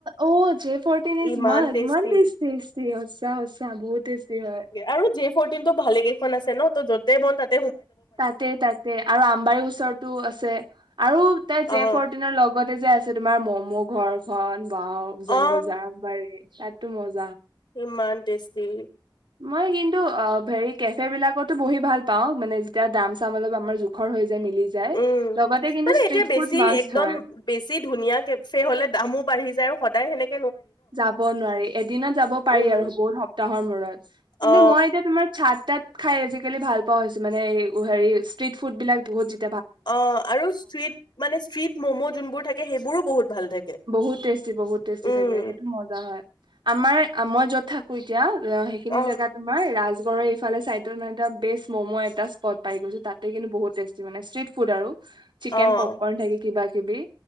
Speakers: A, on the right; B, on the left.
A: অ জে ফৰ্টিন ইজ
B: ইমান
A: মাষ্ট
B: টেষ্টি,
A: ইমান টেষ্টি সঁচা সঁচা বহুত টেষ্টি হয়
B: আৰু জে ফৰ্টিন টো ভালে কেইখন আছে ন ' যতেই বন তাত
A: তাতে তাতে আৰু আম বাৰু ওচৰতো আছে আৰু তাই জে
B: অ
A: ফৰটিনৰ লগতে যে আছ ছে তোমাৰ ম'ম' ঘৰখন ওৱাও উজান
B: অ
A: বজাৰ বৰ তাত টো মজ
B: ইমান টেষ্ট তি
A: মই কিন্তু অ ভেৰি কেফে বিলাকতো বহি ভাল পাওঁ মানে যেতিয়া দাম চাম অলপ আমাৰ জোখৰ হৈ যায় মিলি যায়।
B: উম
A: লগতে কিন্তু
B: মানে
A: ষ্ট্ৰিট
B: এতিয়া বেছি
A: ফুড মাষ্ট
B: একদম
A: হয়।
B: বেছি ধুনীয়া কেফে হ'লে দামো বাঢ়ি যায় আৰু সদায় সেনেক
A: যাব নোৱাৰি এদিনত যাব পাৰি
B: উম
A: আৰু বহুত সপ্তাহৰ মূৰত কিন্তু
B: অ
A: মই এতিয়া তোমাৰ চাহ তাত খাই আজিকালি ভাল পোৱা হৈছো মানে এই হেৰি ষ্ট্ৰিট ফুড বিলাক পোহজিত
B: অ আৰু স্ট্ৰিট মানে স্ট্ৰিট ম'ম' যোনবোৰ থাকে সেইবোৰো বহুত ভাল থাকে
A: বহুত টেষ্টি বহুত টেষ্টি
B: উম,
A: থাকে সেইটো মজা হয়। আমাৰ আ মই যত থাকো এতিয়া ৰহ সেইখিনি
B: অ',
A: জেগা তোমাৰ ৰাজ গড়ৰ এইফালে চাইতত মানে এটা বেষ্ট মম' এটা স্পট পাই গৈছো তাতে কিন্তু বহুত টেষ্টি মানে, ষ্ট্ৰীট ফুড আৰু। চিকেন
B: অ',
A: পপকৰ্ণ থাকে কিবা-কি কিবি